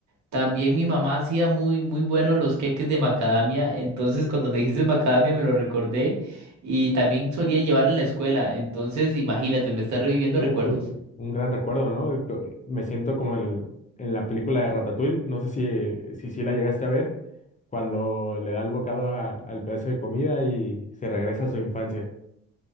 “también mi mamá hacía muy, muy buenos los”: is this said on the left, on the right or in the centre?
Right